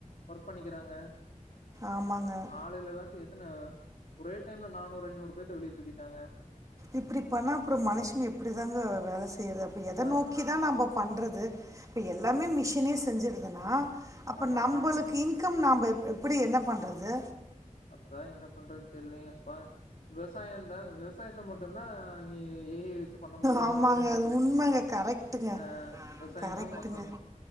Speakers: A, on the left; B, on the right.
A: ஒர்க் பண்ணிக்கிறாங்க
B: ஆமாங்க
A: ஆளுகள எல்லாத்து எத்தன ஒரே டைம்ல நானூறு ஐநூறு பேத்த வெளிய தூக்கிட்டாங்க
B: இப்டி பண்ணா அப்புறோ மனுஷங்க எப்டிதாங்க வேல செய்யறது அப்ப
A: அதா
B: எத நோக் கிதா நம்ப பண்றது இப்ப எல்லாமே மிஷினே செஞ்சடுதுன்னா அப்ப
A: ஆமாங்க
B: நம்பளுக்கு இன்கம் நாப எப்டி என்ன பண்றது
A: அப்ப என்ன பண்றதுன்னு தெரிலயே அப்பா விவசாய தா விவசாயத்த மட்டுதா இனி ஏ ஐ வெச்சு பண்ண முடியாதுன்னு
B: ஆமாங்க.
A: நெனைக்கிறே
B: அது உண்மங்க. கரெக்ட்டுங்க.
A: ஆ விவசாய
B: கரெக்ட்டுங்க.
A: தா பண்ணுங்க